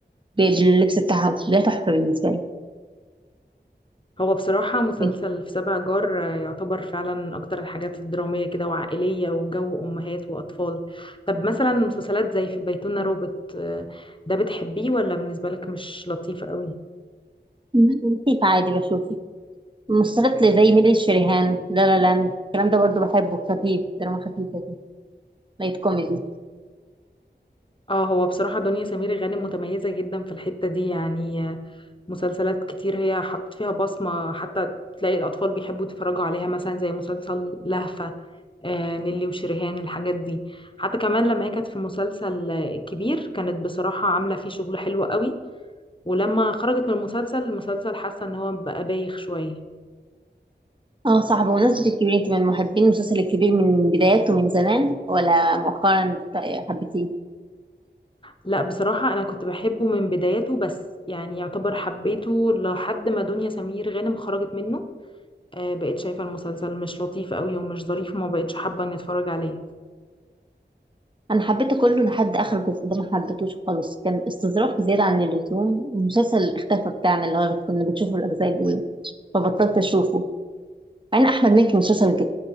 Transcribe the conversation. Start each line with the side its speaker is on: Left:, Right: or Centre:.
Right: باللبس بتاعهم ده تحفه بالنسبه لي
Left: هو بصراحة مسلسل
Right: إيه؟
Left: في سبع جار آه، يعتبر فعلا اكتر الحاجات الدرامية كده وعائلية وجو امهات واطفال طب مثلا مسلسلات زي في بيتنا روبوت آه، ده بتحبيه ولا بالنسبة لك مش لطيف قوي
Right: لطيف عادي بشوفه مسلسلات زي ميلي الشريهان لا لا لاند الكلام ده برضو بحبه خفيف دراما خفيفه دي لايت كوميدي
Left: اه هو بصراحة دنيا سمير غانم متميزة جدا في الحتة دي يعني آه، مسلسلات كتير هي حطت فيها بصمة حتى تلاقي الأطفال بيحبوا يتفرجوا عليها مثلا زي مسلسل لهفة آه، نيلي وشريهان الحاجات دي حتى كمان لما هي كانت في مسلسل آه، الكبير كانت بصراحة عاملة فيه شغل حلو قوي ولما خرجت من المسلسل المسلسل حاسة ان هو بقى بايخ شوية
Right: اه صح بمناسبة الكبير انت من محبين المسلسل الكبير من بداياته من زمان ولا مؤخرا ت- حبيتيه
Left: لا بصراحة انا كنت بحبه من بدايته بس يعني يعتبر حبيته لحد ما دنيا سمير غانم خرجت منه آه، بقيت شايفة المسلسل مش لطيف قوي ومش ظريف وما بقتش حابة اني اتفرج عليه
Right: انا حبيته كله لحد اخر جزء ده ما حبيتوش خالص كان استظراف زيادة عن اللزوم المسلسل اختفى بتاعنا اللي هو كنا بنشوفه الاجزاء الاولى فبطلت اشوفه مع ان احمد مكي مسلسل